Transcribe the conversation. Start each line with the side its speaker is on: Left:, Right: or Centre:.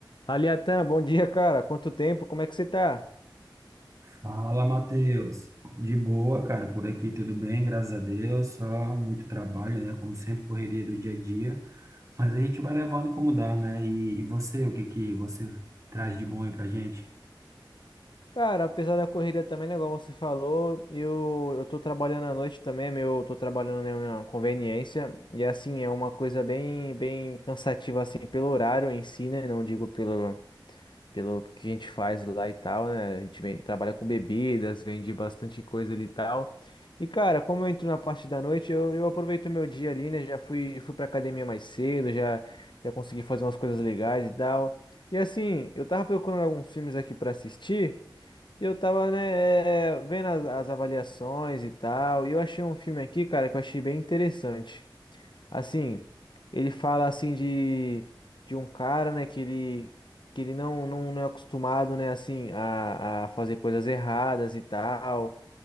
Left: Aliatan, bom dia, cara. Quanto tempo? Como é que você tá?
Right: Fala, Matheus. De boa, cara, por aqui tudo bem, graças a Deus. Só muito trabalho, né? Como sempre, correria do dia a dia. Mas a gente vai levando como dá, né? E, e você, o que que você traz de bom aí pra gente?
Left: Cara, apesar da corrida também, né, igual você falou, eu, eu tô trabalhando à noite também, é meu, eu tô trabalhando na minha conveniência, e assim, é uma coisa bem, bem cansativa, assim, pelo horário em si, né, não digo pelo, pelo que a gente faz lá e tal, né? A gente vem- trabalha com bebidas, vende bastante coisa ali e tal. E, cara, como eu entro na parte da noite, eu, eu aproveito o meu dia ali, né? Já fui, fui pra academia mais cedo, já, já consegui fazer umas coisas legais e tal. E assim, eu tava procurando alguns filmes aqui pra assistir, e eu tava, né, eh, vendo as, as avaliações e tal, e eu achei um filme aqui, cara, que eu achei bem interessante. Assim, ele fala assim de, de um cara, né, que ele, que ele não, não, não é acostumado, né, assim, a, a fazer coisas erradas e tal.